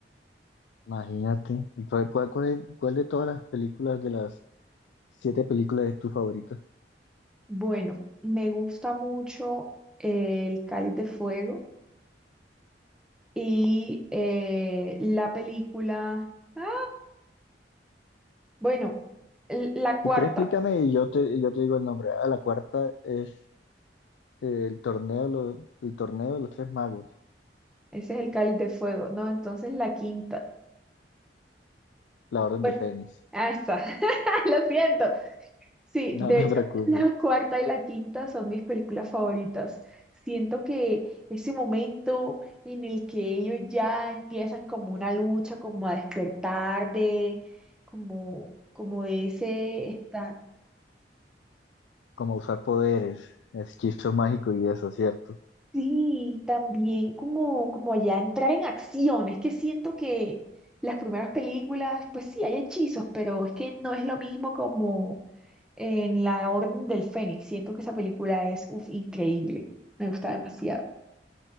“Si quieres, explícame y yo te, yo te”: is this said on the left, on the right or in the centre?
Left